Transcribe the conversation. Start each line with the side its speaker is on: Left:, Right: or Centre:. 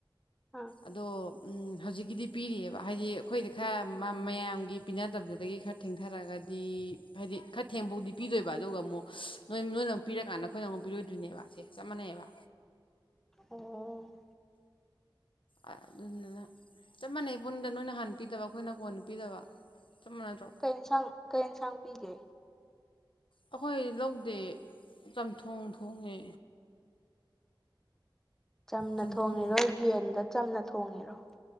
Centre: ꯑꯥ
Left: ꯑꯗꯣ ꯍꯧꯖꯤꯛꯀꯤꯗꯤ ꯄꯤꯔꯤꯑꯕ ꯍꯥꯏꯗꯤ ꯑꯩꯈꯣꯏꯗꯤ ꯈꯔ ꯃꯌꯥꯝꯒꯤ ꯄꯤꯅꯗꯕꯗꯒꯤ ꯈꯔ ꯊꯦꯡꯊꯔꯒꯗꯤ ꯍꯥꯏꯗꯤ ꯈꯔ ꯊꯦꯡꯕꯧꯗꯤ ꯄꯤꯗꯣꯏꯕ ꯑꯗꯨꯒ ꯑꯃꯨꯛ ꯅꯣꯏ ꯅꯣꯏꯅ ꯑꯃꯨꯛ ꯄꯤꯔꯀꯥꯟꯗ ꯑꯩꯈꯣꯏꯅ ꯑꯃꯨꯛ ꯄꯤꯔꯣꯏꯗꯣꯏꯅꯦꯕꯁꯦ ꯆꯞ ꯃꯥꯟꯅꯩꯑꯕ
Centre: ꯑꯣ
Left: ꯑꯗꯨꯗꯨꯅ ꯆꯞ ꯃꯥꯟꯅꯩ ꯄꯨꯅꯤꯗ ꯅꯣꯏꯅ ꯍꯥꯟꯅ ꯄꯤꯗꯕ ꯑꯩꯈꯣꯏꯅ ꯀꯣꯟ ꯄꯤꯗꯕ ꯆꯞ ꯃꯥꯟꯅꯗ꯭ꯔꯣ
Centre: ꯀꯩ ꯏꯟꯁꯥꯡ ꯀꯩ ꯏꯟꯁꯥꯡ ꯄꯤꯒꯦ
Left: ꯑꯩꯈꯣꯏ ꯂꯧꯗꯦ ꯆꯝꯊꯣꯡ ꯊꯣꯡꯉꯦ
Centre: ꯆꯝꯅ
Left: ꯆꯝꯊꯣꯡ
Centre: ꯊꯣꯡꯉꯤꯔꯣꯏ ꯌꯦꯟꯗ ꯆꯝꯅ ꯊꯣꯡ ꯇꯣꯡꯉꯦꯔꯣ